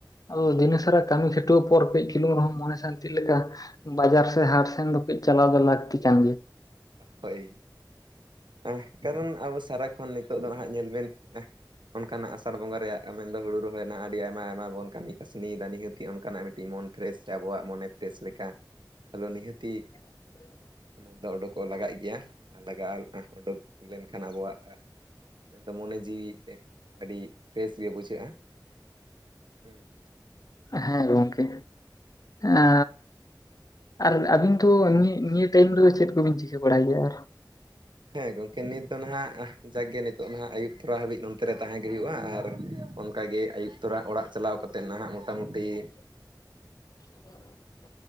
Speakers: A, on the left; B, on the right.
A: ᱟᱫᱚ ᱫᱤᱱᱟᱹᱥᱟᱨᱟ ᱠᱟᱹᱢᱤ ᱠᱷᱟᱹᱴᱣᱟᱹ ᱯᱚᱨ ᱠᱟᱹᱡ ᱪᱩᱞᱩᱝ ᱨᱮᱦᱚᱸ ᱢᱚᱱᱮ ᱥᱟᱱᱛᱤ ᱞᱮᱠᱟ ᱵᱟᱡᱟᱨ ᱥᱮᱫ ᱦᱟᱴ ᱥᱮᱱ ᱫᱚ ᱠᱟᱹᱡ ᱪᱟᱞᱟᱣ ᱫᱚ ᱞᱟᱹᱠᱛᱤ ᱠᱟᱱ ᱜᱮᱭᱟ᱾
B: ᱦᱳᱭ ᱟᱦ ᱠᱟᱨᱚᱱ ᱟᱵᱚ ᱥᱟᱨᱟᱠᱷᱚᱱ ᱱᱤᱛᱚᱜ ᱫᱚ ᱱᱟᱦᱟᱜ ᱧᱮᱞ ᱵᱮᱱ ᱟᱦ᱾ ᱚᱱᱠᱟᱱᱟᱜ ᱟᱥᱟᱲ ᱵᱚᱸᱜᱟ ᱨᱮᱭᱟᱜ ᱢᱮᱱᱫᱚ ᱦᱩᱲᱩ ᱨᱚᱦᱚᱭ ᱨᱮᱱᱟᱜ ᱟᱹᱰᱤ ᱟᱭᱢᱟ ᱟᱭᱢᱟ ᱵᱚᱱ ᱠᱟᱹᱢᱤ ᱠᱟᱥᱱᱤᱭᱮᱫᱟ ᱱᱤᱦᱟᱹᱛᱤ ᱚᱱᱠᱟᱱᱟᱜ ᱢᱤᱫ ᱢᱚᱱ ᱯᱷᱨᱮᱥ ᱥᱮ ᱟᱵᱚᱣᱟᱜ ᱢᱚᱱᱮ ᱯᱷᱨᱮᱥ ᱞᱮᱠᱟ ᱟᱞᱚ ᱱᱤᱦᱟᱹᱛᱤ
A: <inaudible>
B: ᱢᱮᱱᱫᱚ ᱩᱰᱩᱠᱚᱜ ᱞᱟᱜᱟᱜ ᱜᱮᱭᱟ ᱟᱨ ᱞᱟᱜᱟᱜᱼᱟ ᱩᱰᱩᱠ ᱞᱮᱱᱠᱷᱟᱱ ᱟᱵᱚᱣᱟᱜ ᱢᱮᱱᱫᱚ ᱢᱚᱱᱮ ᱡᱤᱣᱤ ᱟᱹᱰᱤ ᱯᱷᱨᱮᱥ ᱜᱮ ᱵᱩᱡᱷᱟᱹᱜᱼᱟ ᱦᱮᱸ᱾
A: ᱦᱮᱸ ᱜᱚᱢᱠᱮ ᱟ᱾ ᱟᱨ ᱟᱹᱵᱤᱱ ᱫᱚ ᱱᱤᱭᱟᱹ ᱱᱤᱭᱟᱹ ᱴᱟᱭᱤᱢ ᱨᱮᱫᱚ ᱪᱮᱫ ᱠᱚᱵᱤᱱ ᱪᱤᱠᱟᱹ ᱵᱟᱲᱟᱭ ᱜᱮᱭᱟ ᱟᱨ?
B: ᱦᱮᱸ ᱜᱚᱢᱠᱮ ᱱᱤᱛ ᱫᱚ ᱱᱟᱦᱟᱜ ᱟᱦ ᱡᱟᱸᱠᱜᱮ ᱱᱤᱛᱚᱜ ᱱᱟᱦᱟᱜ ᱟᱹᱭᱩᱵ ᱛᱚᱨᱟ ᱦᱟᱹᱵᱤᱡ ᱱᱚᱱᱛᱮ ᱨᱮ ᱛᱟᱦᱮᱸ ᱜᱮ ᱦᱩᱭᱩᱜᱼᱟ ᱟᱨ ᱚᱱᱠᱟᱜᱮ ᱟᱹᱭᱩᱵ ᱛᱚᱨᱟ ᱚᱲᱟᱜ ᱪᱟᱞᱟᱣ ᱠᱟᱛᱮᱫ ᱱᱟᱦᱟᱜ ᱢᱚᱴᱟ ᱢᱩᱴᱤ
A: <inaudible>